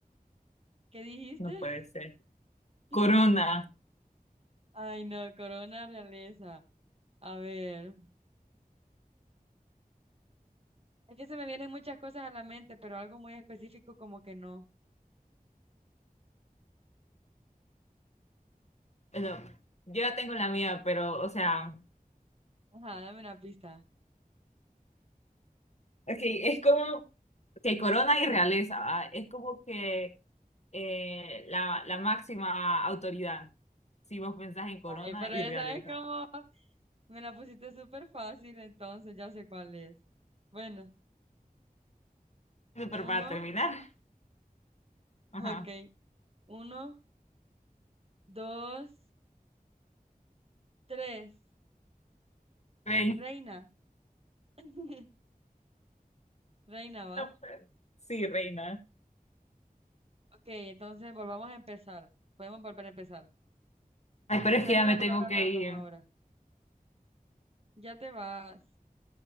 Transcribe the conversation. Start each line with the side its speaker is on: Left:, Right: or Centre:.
Right: ¿Qué dijiste?
Left: No puede ser. Corona.
Right: <laughs> Ay, no, corona realeza. A ver. Es que se me vienen muchas cosas a la mente, pero algo muy específico como que no.
Left: Bueno, yo ya tengo la mía, pero, o sea,
Right: Ajá, dame una pista.
Left: es es como que Corona y realeza, ¿va? Es como que eh, la, la máxima autoridad. Si vos pensás en Corona
Right: Ay, pero
Left: y
Right: esa
Left: realeza.
Right: es como, me la pusiste súper fácil, entonces ya sé cuál es. Bueno,
Left: Bueno,
Right: uno,
Left: Pero para terminar, ajá.
Right: ok. Uno, dos, tres.
Left: Reina.
Right: Reina. <laughs> Reina, ¿va?
Left: No, pues, Sí, reina.
Right: Ok, entonces volvamos a empezar. Podemos volver a empezar.
Left: Ay, pero
Right: Pensá
Left: es que
Right: en
Left: ya
Right: una
Left: me
Right: palabra
Left: tengo que
Right: random
Left: ir.
Right: ahora. Ya te vas.